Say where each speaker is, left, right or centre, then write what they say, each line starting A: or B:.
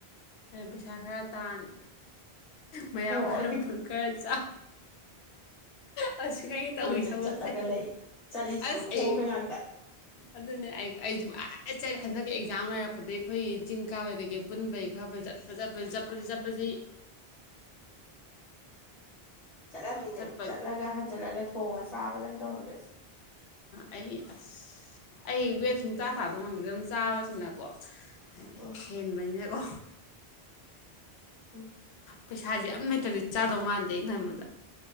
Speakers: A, on the left (about 80°); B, on the left (about 40°).
A: ꯄꯩꯁꯥ ꯈꯔ ꯇꯥꯟ ꯃꯌꯥꯝ
B: ꯍꯣꯏ
A: ꯈꯔ ꯐꯨꯠ ꯈꯔ ꯆꯥ ꯍꯧꯖꯤꯛ ꯑꯩꯅ ꯇꯧꯔꯤ
B: ꯀꯣꯏꯆꯠ
A: ꯊꯕꯛꯁꯦ
B: ꯆꯠꯂꯒ ꯂꯩ ꯆꯠꯂꯤꯁꯤꯁꯨ
A: ꯑꯁ
B: ꯈꯣꯡꯅ
A: ꯑꯩ
B: ꯉꯥꯛꯇ
A: ꯑꯗꯨꯅꯦ ꯑꯩ ꯑꯩꯁꯨꯦ ꯑꯩ ꯆꯠ ꯍꯟꯗꯛꯀꯤ ꯑꯦꯛꯖꯥꯝ ꯂꯩꯔꯛꯄꯗꯒꯤꯩ ꯑꯩꯈꯣꯏꯒꯤ ꯆꯤꯡ ꯀꯥꯕꯩ ꯀꯩꯀꯩ ꯄꯨꯟꯕꯩ ꯈ ꯐꯩꯠꯄꯠꯄꯠꯄ ꯆꯠꯄꯖꯤ
B: ꯆꯠꯂꯅꯤ ꯅꯪ
A: ꯆꯠꯄ
B: ꯆꯠꯂꯒ ꯍꯟꯖꯜꯂꯒ ꯊꯣꯡꯉ ꯆꯥꯕ ꯅꯪ ꯇꯧꯔꯝꯗꯣꯏꯁꯦ
A: ꯑꯩ ꯑꯁ ꯑꯩ ꯋꯦꯁ ꯃꯨꯇꯥꯥ ꯊꯥꯗꯧꯃꯗ ꯑꯗꯨꯝ ꯆꯥꯕꯁꯤꯅꯀꯣ ꯍꯥꯏꯗꯤ
B: ꯎꯝ
A: ꯍꯦꯟꯕꯅꯤꯅꯀꯣ
B: ꯎꯝ
A: ꯄꯩꯁꯥꯁꯦ ꯌꯥꯝ ꯂꯩꯇꯕꯗꯤ ꯆꯥꯗꯧ ꯃꯥꯟꯗꯦ ꯑ ꯈꯟꯕꯗ